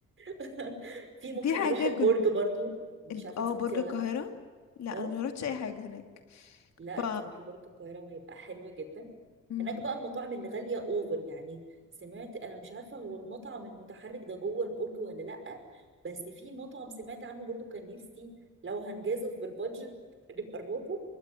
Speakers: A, on the right; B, on the left.
A: <laughs> في ممكن
B: في حاجة
A: نروح البرج
B: كنت
A: برضو مش
B: الب-
A: عارفه
B: اه
A: انت رحتي
B: برج
A: ولا
B: القاهرة
A: لا
B: لا
A: اه
B: انا ما روحتش اي حاجة هناك
A: لا
B: ف
A: تروحي برج القاهرة وهيبقى حلو جدا
B: مم.
A: هناك بقى المطاعم اللي غالية اوفر يعني سمعت انا مش عارفة هو المطعم المتحرك ده جوه البرج ولا لأ بس في مطعم سمعت عنه برضو كان نفسي لو هنجازف بالبادجت نبقى نروحه